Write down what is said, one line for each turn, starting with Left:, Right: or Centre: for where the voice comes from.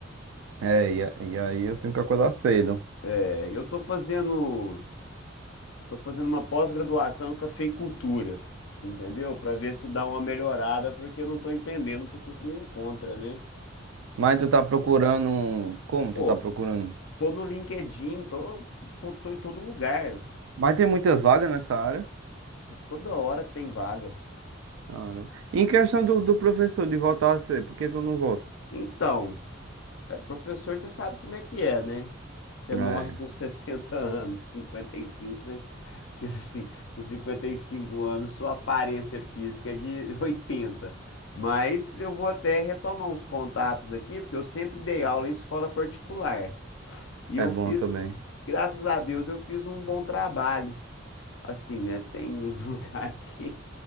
Right: É, e, a- e aí eu tenho que acordar cedo.
Left: É, eu tô fazendo, eu tô fazendo uma pós-graduação em cafeicultura, entendeu? Pra ver se dá uma melhorada, porque eu não tô entendendo por que que não encontra, né?
Right: Mas tu tá procurando. um- Como
Left: Pô,
Right: tu tá procurando?
Left: tô no LinkedIn, tô, tô, tô em todo lugar,
Right: Mas tem muitas vagas nessa área.
Left: toda hora tem vaga.
Right: Caramba. E em questão do, do professor de voltar a ser, por que tu não volta?
Left: Então, É, professor, você sabe como é que é, né? Você
Right: É,
Left: morre com 60 <laughs> anos, 55, você... que assim, com 55 anos, sua aparência física é de <laughs> 80. Mas eu vou até retomar uns contatos aqui, porque eu sempre dei aula em escola particular. E
Right: é
Left: eu
Right: bom
Left: fiz,
Right: também.
Left: graças a Deus, eu fiz um bom trabalho. Assim, né? Tem uns <laughs> lugares que